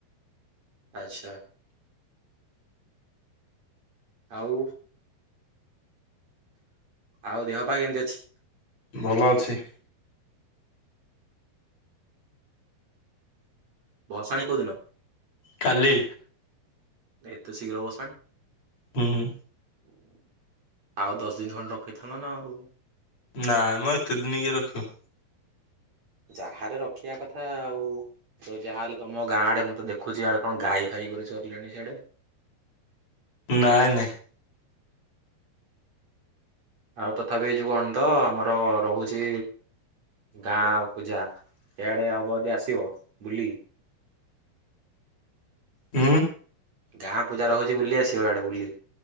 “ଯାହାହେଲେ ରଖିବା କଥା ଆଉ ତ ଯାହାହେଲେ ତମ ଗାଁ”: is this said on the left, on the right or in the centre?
Right